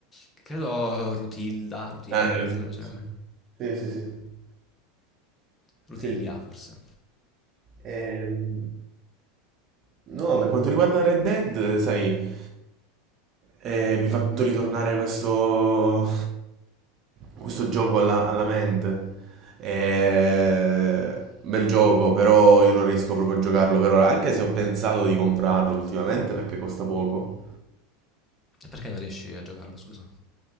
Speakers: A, on the left; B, on the right.
A: Credo Rutilda, Rutilda,
B: Eh,
A: una cosa del genere.
B: sì. Sì, sì, sì.
A: Rutilia,
B: Sì. Sì.
A: forse.
B: Ehm, No, per quanto riguarda Red Dead, sai, eh, mi ha fatto ritornare questo, questo gioco alla, alla mente. Eh, bel gioco, però io non riesco proprio a giocarlo per ora, anche se ho pensato di comprarlo ultimamente perché costa poco.
A: E perché non riesci a giocarlo, scusa?